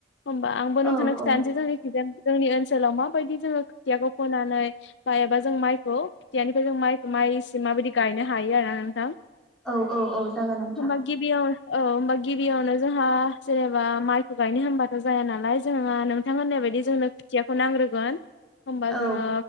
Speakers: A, on the left; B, in the centre.
A: होमबा आंबो नोंथांनो
B: औ
A: खिथानोसै
B: औ
A: जोंखिजाय जोंनि ओनसोल ओनसोलाव माबायदि जोङो खोथियाखौ फोनानै जायोबा जों माइखौ खोथियानिफ्राय जों माइखौ माइसि माबायदि गायनो हायो आरोना नोंथां
B: औ -औ -औ जागोन नोंथां
A: होमबा गिबियाव औ ओमबा गिबियावनो जोंहा जेनेबा माइखौ गायनो होमबाथ' जाया नालाय जोंङो नोंथां होननाय बायदि जोंनो खोथियाखौ नांग्रोगोन होमबा
B: औ
A: जोङो